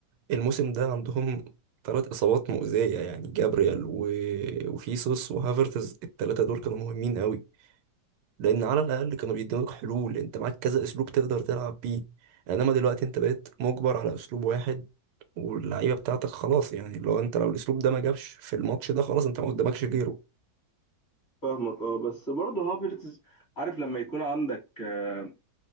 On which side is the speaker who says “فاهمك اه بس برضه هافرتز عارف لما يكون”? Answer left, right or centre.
Left